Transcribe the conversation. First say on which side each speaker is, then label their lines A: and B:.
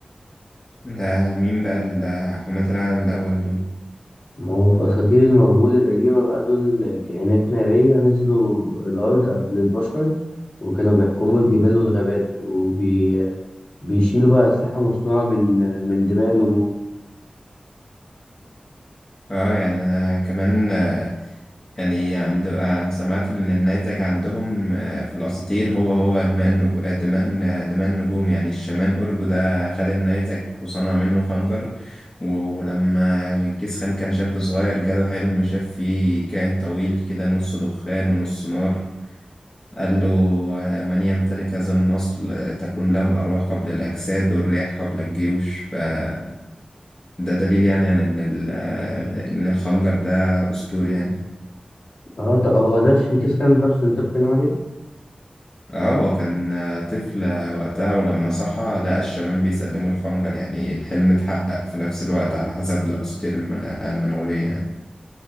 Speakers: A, on the left; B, on the left.
A: ده مين بقى ال- حماة العالم الأول دول؟
B: ما هو في أساطير المغول القديمة بقى دول كائنات نارية نزلوا الأرض قبل البشر وكانوا بيحكموا الجبال والغابات وبي بيشيلوا بقى أسلحة مصنوعة من من دماء النجوم
A: اه يعني أنا كمان آه، يعني عند آه، سمعت إن النيزك عندهم آه، في الأساطير هو هو دماء النجو... آه، دماء آه، دماء النجوم يعني الشامان أورجو ده خد النيزك وصنع منه خنجر ولما جنكيز خان كان شاب صغير جاله حلم شاف فيه كائن طويل كده نص دخان ونص نار قال له آه، من يمتلك هذا النصل آه، تكون له الأرواح قبل الأجساد والرياح قبل الجيوش فده دليل يعني عن إن ال- آه، إن الخنجر ده أسطوري يعني
B: اه طب هو ده شينكيز خان نفسه اللي انت بتتكلم عليه؟
A: اه هو كان طفل وقتها ولما صحى لقى الشبان بيسلموا الخنجر يعني الحلم اتحقق في نفس الوقت على حسب الأساطير المن- المنغولية يعني